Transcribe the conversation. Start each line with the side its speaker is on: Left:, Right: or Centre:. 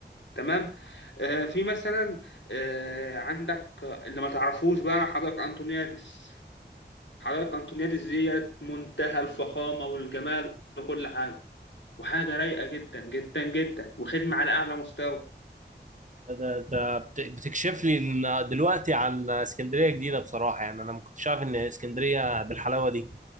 Left: تمام آه في مثلا آه عندك اللي ما تعرفوش بقى حدائق انطونيادس حدائق أنطونيادس ديت منتهى الفخامة والجمال وكل حاجة وحاجة رايقة جدا جدا جدا وخدمة على أعلى مستوى
Right: ده ده بت- بتكشف لي إن دلوقتي عن اسكندريه جديده بصراحه يعني انا ما كنتش عارف ان اسكندريه بالحلاوه دي